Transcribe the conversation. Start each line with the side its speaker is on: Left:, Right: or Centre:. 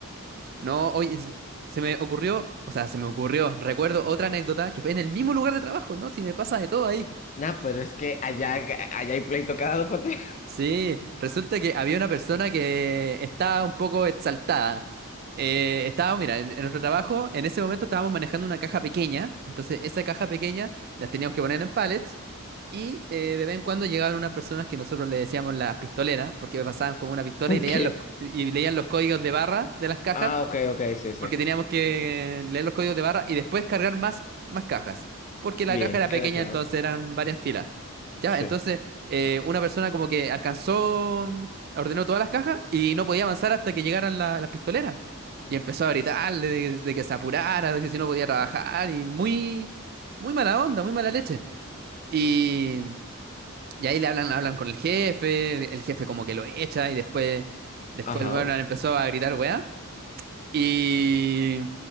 Right: No, oye, se se me ocurrió, o sea, se me ocurrió, recuerdo otra anécdota que fue en el mismo lugar de trabajo, ¿no? Si me pasa de todo ahí.
Left: Nah, pero es que allá, allá hay pleito cada dos por tres.
Right: Sí, resulta que había una persona que estaba un poco exaltada. Eh, estaba, mira, en, en nuestro trabajo, en ese momento estábamos manejando una caja pequeña, entonces esa caja pequeña las teníamos que poner en pallets y eh, de vez en cuando llegaban unas personas que nosotros le decíamos las pistoleras, porque pasaban como una pistola
Left: <laughs>
Right: y leían
Left: ¿Qué?
Right: los, y leían los códigos de barra de las cajas.
Left: Ah, ok, ok, sí, sí.
Right: Porque teníamos que leer los códigos de barra y después cargar más, más cajas. Porque
Left: Bien,
Right: la caja era
Left: queda
Right: pequeña,
Left: claro.
Right: entonces eran varias filas. Ya,
Left: Sí.
Right: entonces eh, una persona como que alcanzó, mm, ordenó todas las cajas y no podía avanzar hasta que llegaran la- las pistoleras. Y empezó a gritarle de, de que se apurara, de que si no podía trabajar y muy, muy mala onda, muy mala leche. Y, y ahí le hablan, hablan con el jefe, el, el jefe como que lo echa y después, después
Left: Ajá.
Right: bueno, empezó a gritar weá. Y,